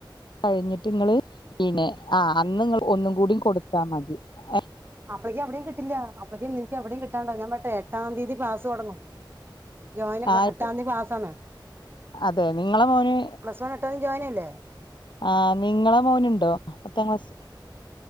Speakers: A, on the left; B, on the right.
A: കഴിഞ്ഞിട്ട് ഇങ്ങള് പിന്നെ ആഹ് അന്ന് ഇങ്ങൾ ഒന്നും കൂടി കൊടുത്താ മതി എഹ്
B: അപ്ലേക്ക് അവിടിം കിട്ടില്ല. അപ്ലെക്ക് നിനിക്ക് എവിടെയും കിട്ടാണ്ടാവും. ഞാൻ പറയട്ടെ എട്ടാം തീയതി ക്ലാസ് തൊടങ്ങും. ജോയിന് എ
A: ആഹ്
B: എട്ടാന്തി ക്ലാസ് ആണ്
A: അതെ നിങ്ങളെ മോന്
B: പ്ലസ് വൺ എട്ടിനും ജോയിൻ അല്ലേ
A: ആഹ് നിങ്ങളെ മോന് ഇണ്ടോ പത്താം ക്ലാസ്സിൽ?